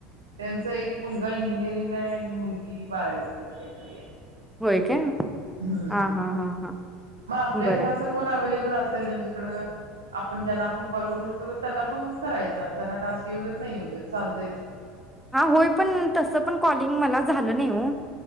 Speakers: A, on the right (about 75°); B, in the centre.
A: त्यांचा एक मुलगा इंजिनिअरिंगला आहे मुलगी बारावीला वगैरे काहीतरी आहे.
B: होय काय?
A: हम्म
B: हा हा हा हा
A: मग आपल्या
B: बरं
A: घरातलं
B: आहे.
A: कोण अवेलेबल असेल त्यांच्याकडे? आपण ज्यांना आपण कॉल करू शकतो त्यांना पण करायचा त्यांना टास्क येऊ देत नाही येऊ देत चालतायच की
B: हा होय पण तस पण कॉलिंग मला झालं नाही हो